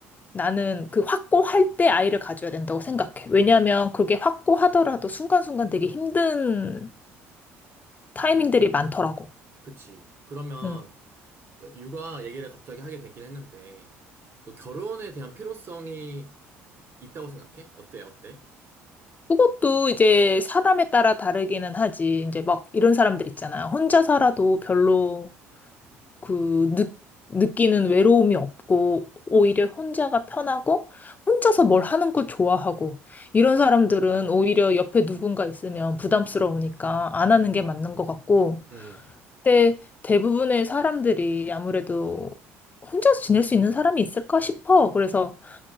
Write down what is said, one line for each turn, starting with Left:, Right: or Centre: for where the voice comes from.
Left: 나는 그 확고할 때 아이를 가져야 된다고 생각해. 왜냐하면 그게 확고하더라도 순간순간 되게 힘든 타이밍들이 많더라고.
Right: 그치. 그러면
Left: 응.
Right: 그 육아 얘기를 갑자기 하게 됐긴 했는데, 그 결혼에 대한 필요성이 있다고 생각해? 어때, 어때?
Left: 그것도 이제 사람에 따라 다르기는 하지. 이제 막 이런 사람들 있잖아. 혼자 살아도 별로 그 느, 느끼는 외로움이 없고 오히려 혼자가 편하고 혼자서 뭘 하는 거 좋아하고 이런 사람들은 오히려 옆에 누군가 있으면 부담스러우니까 안 하는 게 맞는 것 같고
Right: 음,
Left: 근데 대부분의 사람들이 아무래도 혼자서 지낼 수 있는 사람이 있을까 싶어. 그래서